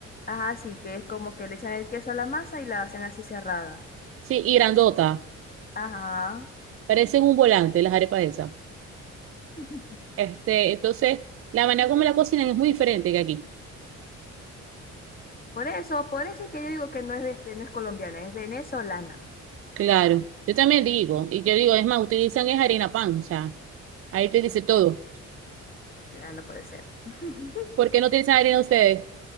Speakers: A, on the left; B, on the right.
A: Ajá, sí, que es como que le echan el queso a la masa y la hacen así cerrada.
B: Sí, y grandota.
A: Ajá.
B: Parecen un volante las arepas esas.
A: <laughs>
B: Este, entonces, la manera como la cocinan es muy diferente que aquí.
A: Por eso, por eso es que yo digo que no es, este, no es colombiana, es venezolana.
B: Claro. Yo también digo, y yo digo, es más, utilizan es harina pan, o sea, ahí te dice todo.
A: Ya no puede ser. <laughs>
B: ¿Por qué no utilizan harina ustedes?